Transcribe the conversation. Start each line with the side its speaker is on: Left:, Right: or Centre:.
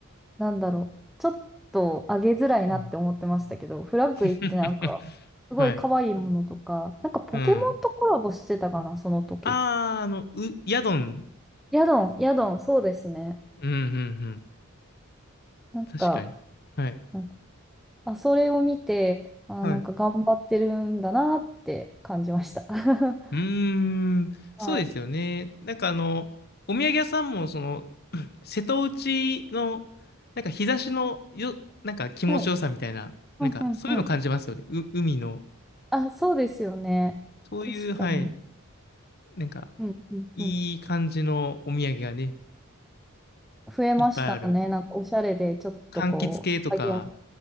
Centre: なんだろう、ちょっと上げづらいなって思ってましたけど、
Left: ー、うん。
Centre: フラッグイってなんか、
Left: <laughs>
Centre: すごい可愛いものとか、
Left: はい。
Centre: なんかポケモンとコラボしてたかな、
Left: うん。
Centre: その時。
Left: あー、あの、う、ヤドン。
Centre: ヤドン、ヤドン、そうですね。
Left: うん、うん、うん。
Centre: なんか、
Left: 確かに。はい。
Centre: なんあ、それを見て、あ、
Left: はい。
Centre: なんか頑張ってるんだなって感じました。<laughs>
Left: うーん、そうですよね。
Centre: はい。
Left: なんかあの、お土産屋さんも、その、瀬戸内の、なんか日差しのよ、なんか気持ちよさみたいな、
Centre: はい。
Left: なんかそういうの感じますよね。
Centre: うんうんうん。
Left: う、海の。
Centre: あ、そうですよね。
Left: そういう、
Centre: 確かに。
Left: はい、なんか、
Centre: うんうんうん。
Left: いい感じのお土産がね、
Centre: 増えましたね。
Left: いっぱいある。
Centre: なんかおしゃれで、ちょっとこう、
Left: 柑橘系とか。
Centre: 上げやすい。